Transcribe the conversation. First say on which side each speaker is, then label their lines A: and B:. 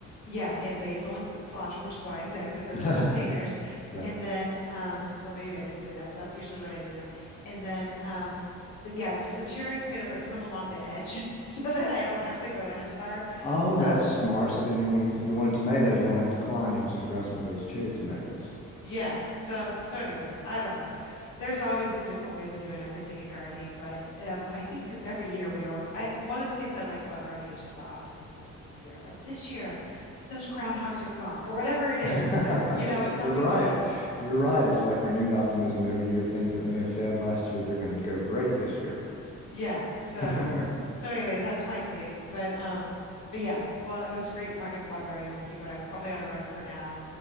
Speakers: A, on the left (about 80°); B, on the left (about 25°).
A: Yeah, and basil and cilantro, which is why I say I put those
B: <laughs>
A: in containers.
B: Yep.
A: And then, um, or maybe I didn't say that, but that's usually what I do. And then, um, but yeah, it's the cherry tomatoes. I put them along the edge <laughs> so that I don't have to go in as far.
B: Oh, that's
A: Um,
B: smart. So then you want to, if you want a tomato, you don't have to climb. You can just grab some of those cherry tomatoes.
A: Yeah. So, so anyways, I don't know. There's always different ways of doing everything in gardening, but um, I think every year we always, I, one of the things I like about gardening is just the optimism of the new year. Like this year, those groundhogs are gone or whatever it is,
B: <laughs>
A: but you know, it's
B: You're
A: always
B: right.
A: fun.
B: You're right. It's like renewed optimism every year. Things that may have failed last year, they're going to go great this year.
A: Yeah. So,
B: <laughs>
A: so anyways, that's my take. But, um, but yeah, well, it was great talking about gardening with you, but I probably ought to run for now.